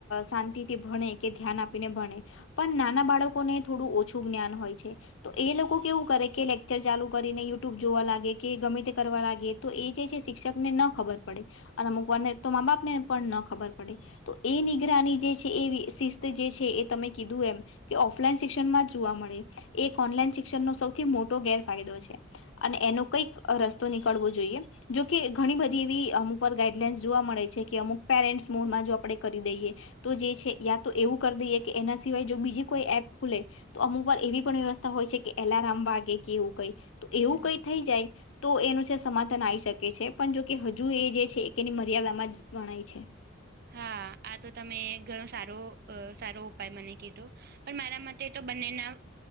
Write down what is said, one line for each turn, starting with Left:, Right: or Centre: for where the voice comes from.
Left: શાંતિથી ભણે કે ધ્યાન આપીને ભણે. પણ નાના બાળકોને થોડું ઓછું જ્ઞાન હોય છે. તો એ લોકો કેવું કરે કે લેક્ચર ચાલુ કરીને યુટ્યુબ જોવા લાગે કે ગમે તે કરવા લાગે. તો એ જે છે શિક્ષક ને ન ખબર પડે અને અમુક વારને તો મા બાપને પણ ન ખબર પડે. તો એ નિગ્રહની જે છે એ શિસ્ત જે છે એ તમે. કીધું એમ કે ઓફલાઈન શિક્ષણ માં જ જોવા મળે. એક ઓનલાઈન શિક્ષણનો સૌથી મોટો ગેરફાયદો છે. અને એનો કઈક રસ્તો નીકળવો જોઈએ. જોકે ઘણી બધી એવી અમુકર ગાઈડલાઇન્સ જોવા મળે છે કે અમુક પેરેન્ટ્સ મોડમાં જો આપણે કરી દઈએ. તો જે છે યા તો એવું કરી દઈએ કે એના. સિવાય જો બીજી કોઈ એપ ખુલે તો અમુ વાર એવી પણ વ્યવસ્થા હોય છે કે એલાર્મ વાગે કે એવું કઈ. તો એવું
Right: હમ
Left: કઈ થઈ જાય. તો એનું છે સમાધાન આવી શકે છે પણ જોકે હજુ એ જે છે એની મર્યાદામાં જ ગણાય છે.
Right: હા આ તો તમે ઘણો સારો સારો ઉપાય મને કીધો. પણ મારા મતે તો બંનેના